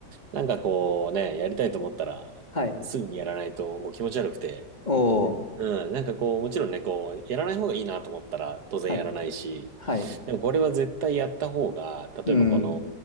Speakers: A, on the right (about 75°); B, on the left (about 25°).
A: なんかこうね、やりたいと思ったら、
B: はい。
A: すぐにやらないともう気持ち悪くて、
B: おー。
A: うん、なんかこう、もちろんね、こう、やらない方がいいなと思ったら当然やらないし、
B: はい。はい。
A: でもこれは絶対やった方が、
B: うん。
A: 例えばこ